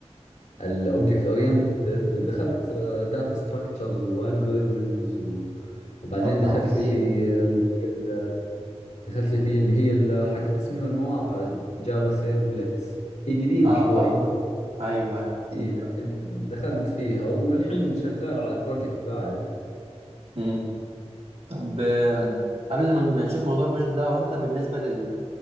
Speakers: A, on the left (about 85°); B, on the right (about 60°).
A: الاوبجكت اورينتد دخلت داتا ستراكشرز والجوريزمز وبعدين
B: طب ده
A: دخلت
B: عظيم
A: لي في اللي هي ال- دخلت لي في اللي هي ال- حق تصميم المواقع جافا سيرفلتس هي قديمة
B: اه
A: شوي
B: اه ايوه ايوه عظيم
A: اي لكن
B: فعلا
A: دخلت فيها والحين شغال على بروجكت بعد
B: مم. طب آه، قبل ما نشوف موضوع البروجكت ده هو انت بالنسبه لل